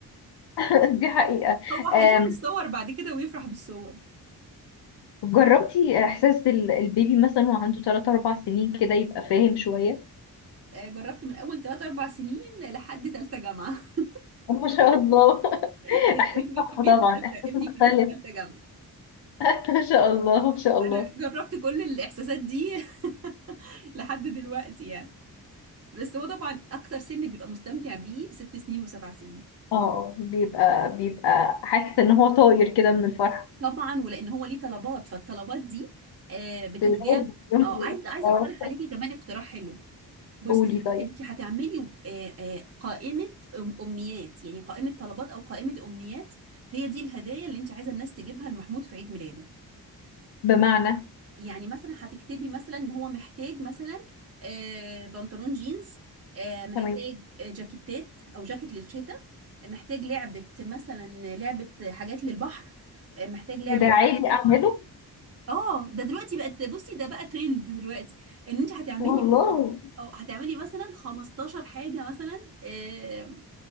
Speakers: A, on the left; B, on the right.
A: <laughs> دي حقيقة
B: <laughs> هو
A: آم،
B: هيشوف الصور بعد كده ويفرح بالصور
A: جربتي إحساس ال- البيبي مثلا وهو عنده 3 4 سنين كده يبقى فاهم شوية
B: آه، جربت من اول 3 4 سنين لحد ثالثه جامعة <laughs>
A: <laughs> ما شاء الله
B: انا
A: <laughs> إحساس
B: ابني
A: تحفة
B: الكبير
A: طبعا
B: في ثالثه
A: إحساس
B: ابني
A: مختلف
B: الكبير في ثالثه جامعة
A: <laughs> ما شاء الله ما شاء الله
B: انا جربت كل الاحساسات دي <laughs> لحد دلوقتي يعني بس هو طبعا اكتر سن بيبقى مستمتع بيه ست سنين وسبع سنين
A: اه بيبقى بيبقى حاسس ان هو طاير كده من الفرحة
B: طبعا ولان هو ليه طلبات فالطلبات دي آه
A: <laughs>
B: بتتجاب
A: لازم يوم-
B: اه عايز عايز
A: اه
B: اقترح عليكي كمان اقتراح حلو بصي
A: قولي طيب
B: انت هتعملي آه آه قائمه أم- امنيات يعني قائمه طلبات او قائمه امنيات هي دي الهدايا اللي انت عايزه الناس تجيبها لمحمود في عيد ميلاده
A: بمعنى
B: يعني مثلا هتكتبي مثلا ان هو محتاج مثلا آه، بنطلون جينز آه، محتاج
A: تمام
B: آه، جاكيتات او جاكيت للشتاء آه، محتاج لعبة مثلا لعبة حاجات للبحر آه، محتاج لعبة
A: وده عادي
B: كذا
A: اعمله
B: اه ده دلوقتي بقت بصي ده بقى ترند دلوقتي ان انت هتعملي
A: والله
B: اه هتعملي مثلا 15 حاجة مثلا آه،